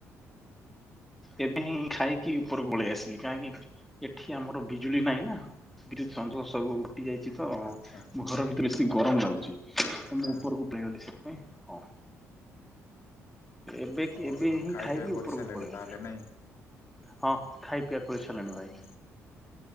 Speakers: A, in the centre; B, on the left.
A: ଏବେ ହିଁ ଖାଇକି ଉପର ପଳେଇ ଆସିଲି, କାହିଁକି ଏଠି ଆମର ବିଜୁଳି ମାଇଲା। ବିଦ୍ୟୁତ୍ ସଞ୍ଚୋଷ ସବୁ କଟି ଯାଇଚି, ତ
B: ଆଚ୍ଛା
A: ମୋ ଘର ଭିତରେ ବେସିଗରମ ଲାଗୁଛି। ତ
B: ଆଚ୍ଛା
A: ମୁଁ ଉପରକୁ ପେଇଗଲି ସେଠ ହଁ ଏବେ
B: ଓହୋ
A: ଏବେ ହିଁ
B: ଖାଇବା
A: ଖାଇକି
B: ପିଇବା କରିସାରିଲେଣି
A: ଉପରକୁ ପଳେଇବେ।
B: ତାହେଲେ ନାଇଁ
A: ହଁ ଖାଇ ପିଆ କରିସାରିଲିଣି
B: ହୁଁ
A: ଭାଇ।
B: ହୁଁ